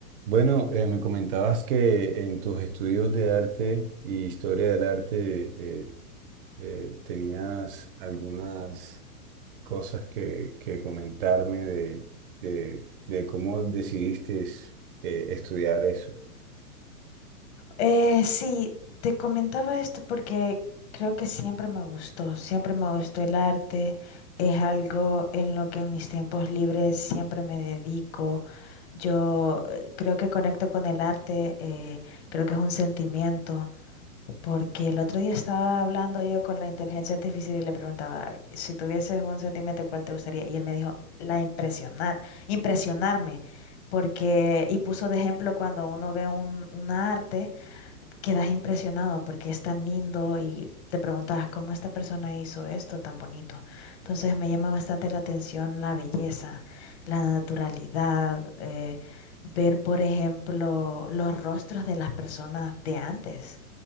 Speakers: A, on the right; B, on the left.
A: Bueno, eh, me comentabas que en tus estudios de arte y historia del arte eh, eh, tenías algunas cosas que, que comentarme de, de- de cómo decidiste eh, estudiar eso.
B: Eh, sí, te comentaba esto porque creo que siempre me gustó, siempre me gustó el arte, es algo en lo que en mis tiempos libres siempre me dedico. Yo eh, creo que conecto con el arte, eh, creo que es un sentimiento, porque el otro día estaba hablando yo con la inteligencia artificial y le preguntaba, si tuvieses un sentimiento, ¿cuál te gustaría? Y él me dijo, la impresionar, impresionarme, porque, y puso de ejemplo cuando uno ve un, un arte quedas impresionado porque es tan lindo y te preguntas cómo esta persona hizo esto tan bonito. Entonces me llama bastante la atención la belleza, la naturalidad, eh, ver, por ejemplo, los rostros de las personas de antes.